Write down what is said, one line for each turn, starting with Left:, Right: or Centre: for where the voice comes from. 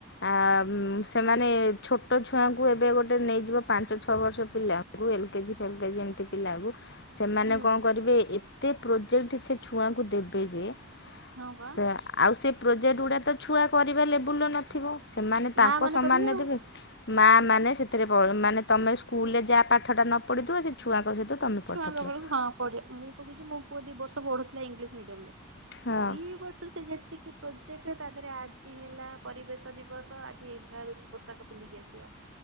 Left: ଆ ମଁ ସେମାନେ ଛୋଟ ଛୁଆଙ୍କୁ ଏବେ ଗୋଟେ ନେଇଯିବ ପାଞ୍ଚ ଛଅ ବର୍ଷ ପିଲା। ଏ ଏଲ୍ କେଜି ଫେଲ୍ କେଜି ଏମତି ପିଲାକୁ। ସେମାନେ
Right: ହୁଁ
Left: କଣ କରିବେ ଏତେ ପ୍ରୋଜେକ୍ଟ ସେ ଛୁଆଙ୍କୁ ଦେବେ ଯେ,
Right: ହଁ ବା
Left: ସେ ଆଉ ସେ ପ୍ରୋଜେକ୍ଟ ଗୁଡ଼ା ତ ଛୁଆ କରିବା ଲେବୁଲ୍ର ନଥିବ। ସେମାନେ ତାଙ୍କ
Right: ମା ମାନେ
Left: ସମାନେ
Right: କରିବେ ଆଉ।
Left: ଦେବେ। ମା ମାନେ ସେଥିରେ ପ ମାନେ ତମେ ସ୍କୁଲରେ ଯାହା ପାଠଟା ନ ପଢ଼ିଥିବ ସେ ଛୁଆଙ୍କ ସହିତ ତମେ
Right: ଛୁଆଙ୍କ
Left: ପାଠ ପଢ଼
Right: ବେଳକୁ ହଁ ପଢ଼ ମୁଁ କହୁଛି ମୋ ପୁଅ ଦି ବର୍ଷ ପଡୁଥିଲା ଇଂଲିଶ ମିଡିୟମ ରେ।
Left: ହଁ
Right: ଦି ବର୍ଷ? ଯେତିକି ପ୍ରୋଜେକ୍ଟ ତାହରେ ଆଜି ହେଲା ପରିବେଶ ଦିବସ ଆଜି ଏଭଳିଆ ପୋଷାକ ପିଧିକି ଆସିବ